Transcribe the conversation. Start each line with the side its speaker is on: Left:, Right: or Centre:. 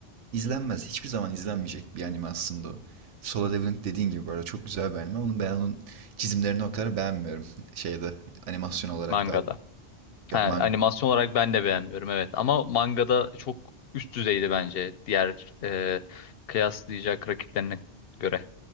Right: izlenmez. Hiçbir zaman izlenmeyecek bir anime aslında o. Solo Leveling dediğin gibi bu arada çok güzel bir anime. Onun ben onun çizimlerini o kadar beğenmiyorum. <laughs> Şeyde animasyon olarak
Left: mangada.
Right: da. Yok
Left: Ha,
Right: man
Left: animasyon olarak ben de beğenmiyorum evet ama mangada çok üst düzeydi bence diğer e, kıyaslayacak rakiplerine göre.